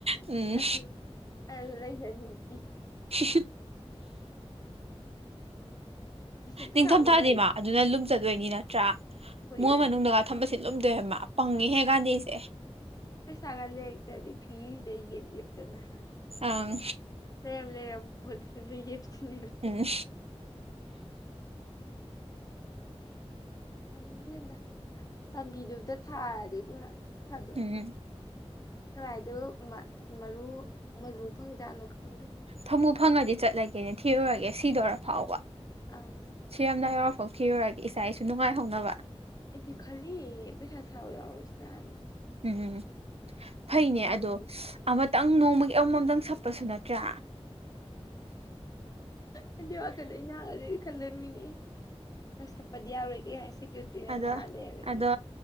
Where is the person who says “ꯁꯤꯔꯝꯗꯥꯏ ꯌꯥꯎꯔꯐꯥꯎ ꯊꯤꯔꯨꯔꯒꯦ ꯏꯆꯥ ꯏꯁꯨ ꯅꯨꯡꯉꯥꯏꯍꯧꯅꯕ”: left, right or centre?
Right